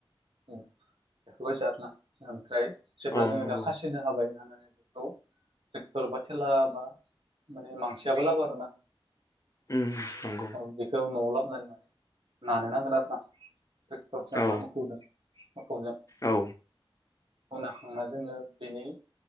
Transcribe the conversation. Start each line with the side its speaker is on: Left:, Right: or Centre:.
Right: <unintelligible> ओमफ्राय जेब्ला
Left: औ
Right: जोङो
Left: नंगौ
Right: दा खासिदो हाबाय हानानै बेखौ ट्रेक्टर बा थेला बा माने मांसियाबो लाबो आरोना।
Left: उम नंगौ।
Right: उम बेखौ न'आव लाबनानै माने नानो नांगोन आरो ना ट्रेक्टरजों
Left: औ
Right: बा मोखौदों मोखौजों
Left: औ।
Right: खौ नाखांना जोङो बेनि